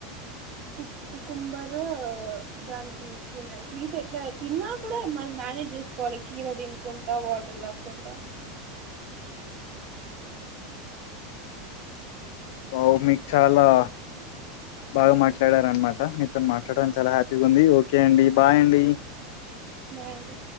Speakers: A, on the right; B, on the left.
A: కు కుకుంబరు దానికి తి హీట్ ఎట్లా తిన్నా కూడా మనం మేనేజ్ చేసుకోవాలి కీర తినుకుం వాటర్ దాకుంటా
B: వావ్ మీకు చాలా బాగా మాట్లాడార అనమాట మీతోను మాట్లాడనికి చాలా హ్యాపీగా ఉంది ఓకే అండి బాయ్ అండి
A: బాయ్ అండి